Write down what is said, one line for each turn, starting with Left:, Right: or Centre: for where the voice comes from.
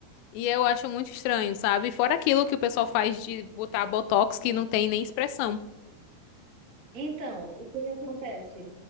Left: E eu acho muito estranho, sabe? Fora aquilo que o pessoal faz de botar botox que não tem nem expressão.
Right: Então, o que acontece?